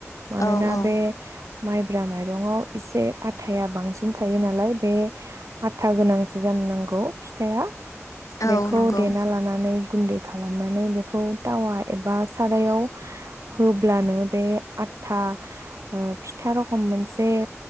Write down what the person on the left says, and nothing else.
औ औ
औ
नंगौ